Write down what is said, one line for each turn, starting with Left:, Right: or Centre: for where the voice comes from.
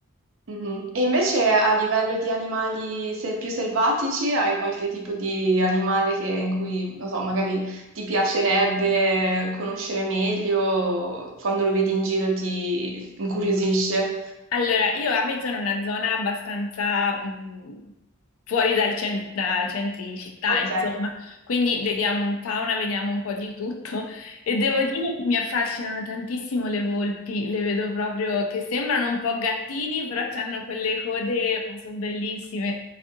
Right: Mhm. E invece a livello di animali sel- più selvatici, hai qualche tipo di animale che- in cui, non so, magari ti piacerebbe conoscere meglio, o quando lo vedi in giro ti incuriosisce?
Left: Allora, io abito in una zona abbastanza mh, fuori dal cen- da centri città,
Right: Ok.
Left: insomma, quindi vediamo un fauna, vediamo un po' di tutto e devo dire che mi affascinano tantissimo le volpi, le vedo proprio che sembrano un po' gattini, però hanno quelle code, ma sono bellissime.